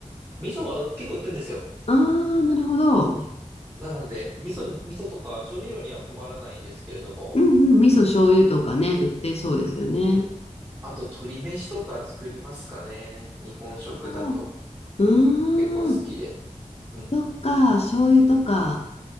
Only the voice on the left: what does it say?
ああー、なるほど。
うんうん、味噌醤油とかね、売ってそうですよね。
なるほど。うーん、
そっか、醤油とか